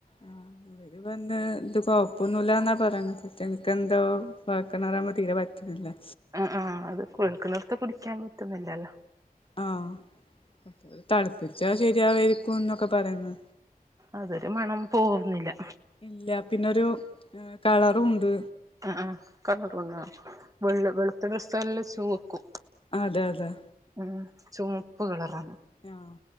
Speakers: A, on the left (about 35°); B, on the right (about 20°).
A: ആഹ് വര് വന്ന് ഇത് കൊപ്പൊന്നുല്ലാന്നാ പറീണെത് പറ്റേ ൻക്കെന്തോ കൊഴക്കിണറാവുമ്പോ തീരെ പറ്റ്ണ്ല്ലാ
B: ഉം ഉം അത് കുഴൽക്കിണറ്ത്തെ കുടിക്കാൻ പറ്റ്ന്നില്ലല്ലാ
A: ആഹ് ത് തൾപ്പിച്ചാ ശെരിയാവേയ്രിക്കും ന്നൊക്കെ പറയ്ന്ന്
B: അതൊരു മണം പോവുന്നില്ലാ
A: ഇല്ല പിന്നൊരു ഏഹ് കളറൂണ്ട്
B: ആഹ് ആഹ് കളറ് വെള്ളാ വെൾ വെൾത്തെ ഡ്രെസ്സെല്ലാം ചുവക്കും
A: അതെ അതെ
B: ഉം ചുമപ്പ് കളറാണ്
A: ആഹ്